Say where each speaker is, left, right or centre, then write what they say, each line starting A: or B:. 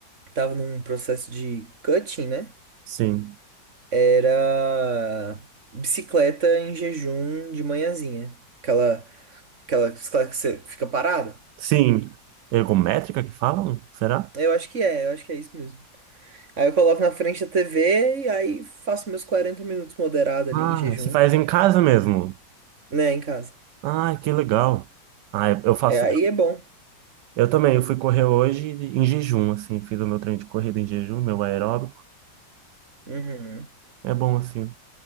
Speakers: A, on the right; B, on the right.
A: tava num processo de cutting, né?
B: sim.
A: era bicicleta em jejum de manhãzinha. Aquela, aquela bicicleta que você fica parada.
B: Sim. Ergométrica que falam? Será?
A: Eu acho que é, eu acho que é isso mesmo. Aí eu coloco na frente da TV e aí faço meus 40 minutos moderado ali
B: Ah,
A: em jejum,
B: se faz em casa mesmo.
A: né, em casa.
B: Ah, que legal. Ah, eu eu faço.
A: É, aí é bom.
B: Eu também, eu fui correr hoje em jejum, assim, fiz o meu treino de corrida em jejum, meu aeróbico.
A: Uhum.
B: É bom assim.